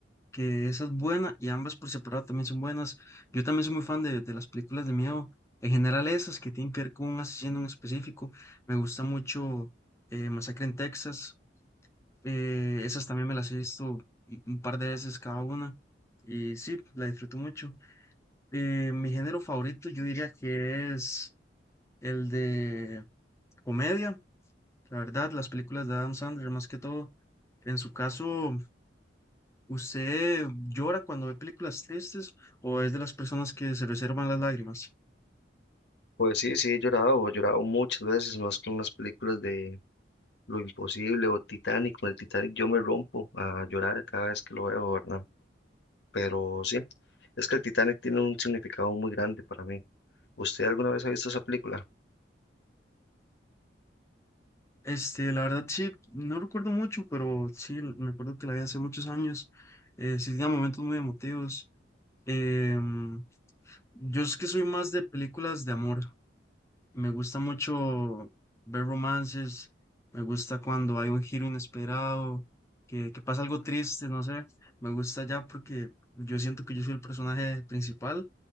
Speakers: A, on the left; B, on the left.
A: que esa es buena y ambas por separado también son buenas. Yo también soy muy fan de, de las películas de miedo, en general esas que tienen que ver con un asesino en específico. Me gusta mucho eh, Masacre en Texas, eh, esas también me las he visto y- un par de veces cada una y sí, la disfruto mucho. Eh, mi género favorito yo diría que es el de comedia, la verdad, las películas de Adam Sandler más que todo. En su caso, ¿Usted llora cuando ve películas tristes o es de las personas que se reservan las lágrimas?
B: Pues sí, sí, he llorado, he llorado muchas veces, más con las películas de Lo Imposible o Titanic. Con el Titanic yo me rompo a llorar cada vez que lo veo, ¿verdad? Pero sí, es que el Titanic tiene un significado muy grande para mí. ¿Usted alguna vez ha visto esa película?
A: Este, la verdad sí, no recuerdo mucho, pero sí, l- me acuerdo que la vi hace muchos años. Eh, sí, tenía momentos muy emotivos. Em, yo es que soy más de películas de amor. Me gusta mucho ver romances, me gusta cuando hay un giro inesperado, que, que pasa algo triste, no sé, me gusta ya porque yo siento que yo soy el personaje principal